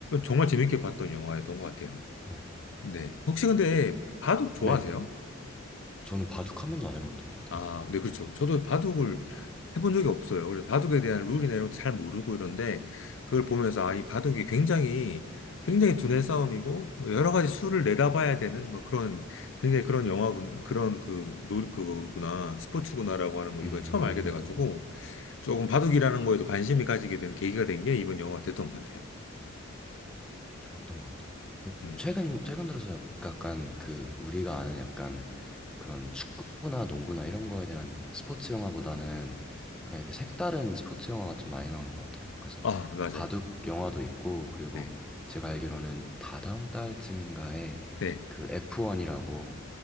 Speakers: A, on the left; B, in the centre.
A: 정말 재밌게 봤던 영화였던 것 같아요.
B: 어.
A: 네. 혹시 근데 바둑 좋아하세요?
B: 네. 저는 바둑 한 번도 안 해봤던 것 같아요.
A: 아, 네, 그렇죠. 저도 바둑을 해본 적이 없어요. 그래서 바둑에 대한 룰이나 이런 것도 잘 모르고 이런데, 그걸 보면서, 아, 이 바둑이 굉장히, 굉장히 두뇌 싸움이고, 뭐 여러 가지 수를 내다봐야 되는, 뭐 그런, 굉장히 그런 영화구나, 그런 그, 노, 그거구나, 스포츠구나라고 하는 걸
B: 음.
A: 이번에 처음 알게 돼가지고, 조금 바둑이라는 거에도 관심이 가지게 된 계기가 된 게 이번 영화가 됐던 것 같아요.
B: 어. 좋았던 것 같아. 그
A: 음.
B: 최근 최근 들어서 약- 약간 그 우리가 아는 약간 그런 축구나 농구나 이런 거에 대한 스포츠 영화보다는 약간 이렇게 색다른 스포츠 영화가 좀 많이 나오는 것 같아요. 그래서
A: 아, 맞아요.
B: 그 바둑 영화도 있고 그리고
A: 네,
B: 제가 알기로는 다다음 달쯤인가에
A: 네.
B: 그 F1이라고